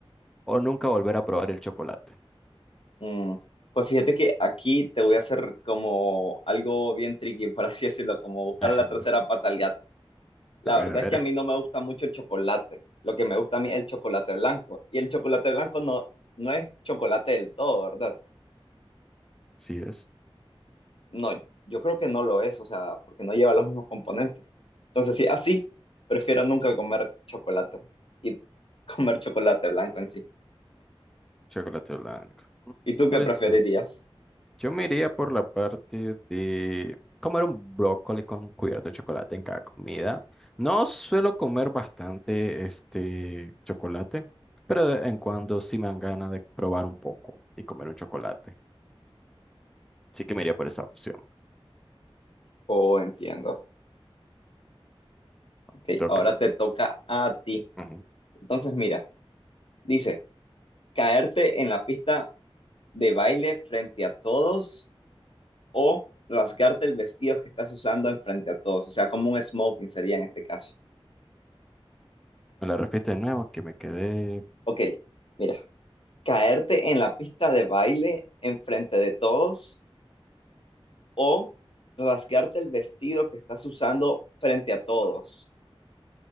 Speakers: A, in the centre; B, on the left (about 65°).
A: o nunca volver a probar el chocolate.
B: Mm, pues fíjate que aquí te voy a hacer como algo bien tricky, <laughs> por así decirlo, como buscar
A: <laughs> Ajá.
B: la tercera pata al gato. La
A: A ver,
B: verdad
A: a ver.
B: es que a mí no me gusta mucho el chocolate. Lo que me gusta a mí es el chocolate blanco. Y el chocolate blanco no, no es chocolate del todo, ¿verdad?
A: Sí es
B: No, yo creo que no lo es, o sea, porque no lleva los mismos componentes. Entonces, sí, así, prefiero nunca comer chocolate y <laughs> comer chocolate blanco en sí.
A: chocolate blanco.
B: ¿Y tú qué
A: Interesante.
B: preferirías?
A: Yo me iría por la parte de comer un brócoli con cubierto de chocolate en cada comida. No suelo comer bastante este chocolate, pero de vez en cuando sí me dan ganas de probar un poco y comer un chocolate. Así que me iría por esa opción.
B: Oh, entiendo.
A: ¿no?
B: Ok,
A: Te toca.
B: ahora te toca a ti.
A: Ujú.
B: Entonces, mira, dice, caerte en la pista de baile frente a todos o rasgarte el vestido que estás usando en frente a todos, o sea, como un smoking sería en este caso.
A: Me la repite de nuevo que me quedé.
B: Ok, mira, caerte en la pista de baile enfrente de todos o rasgarte el vestido que estás usando frente a todos.